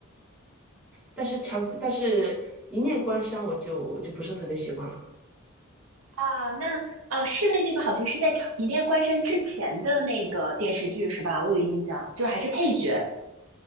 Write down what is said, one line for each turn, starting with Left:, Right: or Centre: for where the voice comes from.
Centre: 但是长，但是一念关山，我就就不是特别喜欢了。
Right: 啊？那呃，侍卫那个好像是在长《一念关山》之前的那个电视剧是吧？我有印象，就是还是配角，